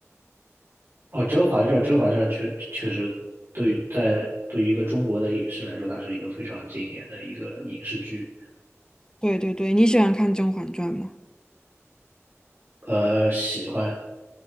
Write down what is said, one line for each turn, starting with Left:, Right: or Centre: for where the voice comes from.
Right: 哦，《甄嬛传》，《甄嬛传》确确实对于在对于一个中国的影视来说，它是一个非常经典的一个影视剧。
Left: 对对对，你喜欢看《甄嬛传》吗？
Right: 呃，喜欢。